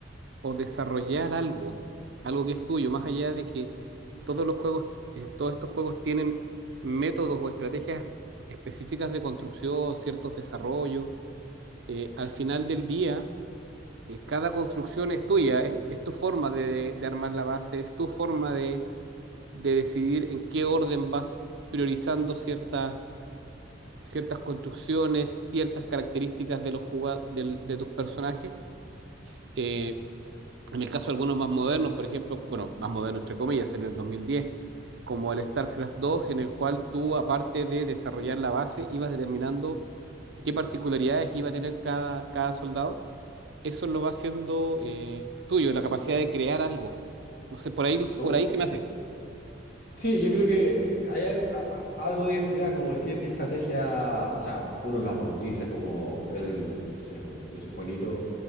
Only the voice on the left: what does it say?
Oh,
Sí, yo creo que eh, hay al- a- a- algo de identidad, como decir, estrategia, o sea, uno las bautiza como el, no sé, bo, yo soy Juanito